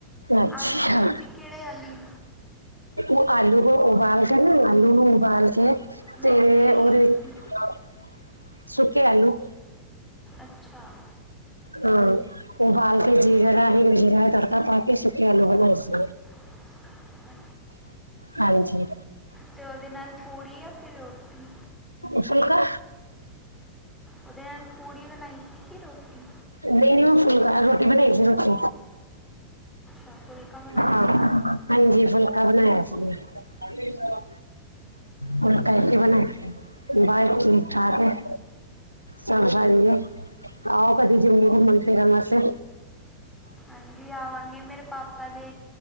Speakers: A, on the right; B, in the centre.
A: ਅੱਛਾ
B: ਆਲੂ ਦੀ ਸਬਜ਼ੀ ਕਿਹੜੇ ਆਲੀ।
A: ਉਹ ਆਲੂ ਨੂੰ ਉਬਾਲ ਕੇ ਨਾ- ਆਲੂ ਨੂੰ ਉਬਾਲ ਕੇ।
B: ਨਹੀਂ
A: ਤੇ
B: ਨਹੀਂ
A: ਉਹਦੇ ਵੀਚ ਸੁੱਕੇ ਆਲੂ।
B: ਅੱਛਾ।
A: ਹਾਂ ਉਹਬਾਲ ਕੇ
B: ਸੁੱਕੇ
A: ਜੀਰਾ
B: ਆਲੂ
A: ਰਾਹੀਂ ਜੀਰਾ ਤੜਕਾ ਪਾ ਕੇ ਸੁਖੇ ਆਲੂ ਬਣਾਏ ਸੀ।
B: ਹ
A: ਹਾਂਜੀ।
B: ਤੇ ਉਹਦੇ ਨਾਲ ਪੂੜੀ ਆ ਫੇਰ ਰੋਟੀ?
A: ਉਸ ਫੂਲਕਾ।
B: ਉਹਦੇ ਨਾਲ ਪੂੜੀ ਬਣਾਈ ਸੀ ਕਿ ਰੋਟੀ?
A: ਨਹੀਂ- ਨਹੀਂ ਉਹ ਫੁੱਲਕਾ ਰ ਰੋਟੀ ਬਣਾਈ ਸੀ ਰੋਟੀ।
B: ਅਜ ਫੁਲਕਾ ਬਣਾਇਆ
A: ਹਾਂ
B: ਸੀਗਾ।
A: ਹਾਂਜੀ ਫੁਲਕਾ ਬਣਾਇਆ ਸੀ ਆ। ਹੋਰ ਕੱਲ ਕੀ ਬਣਾਇਆ ਸੀ, ਬੱਸ ਠੀਕ- ਠਾਕ ਹੈ। ਸਭ ਬਣ ਗਈ, ਆਓ ਕਦੀ ਜੰਮੂ ਘੁੰਮਣ ਫਿਰਨ ਵਾਸਤੇ।
B: ਹਾਂਜੀ ਆਵਾਂਗੇ, ਮੇਰੇ ਪਾਪਾ ਦੇ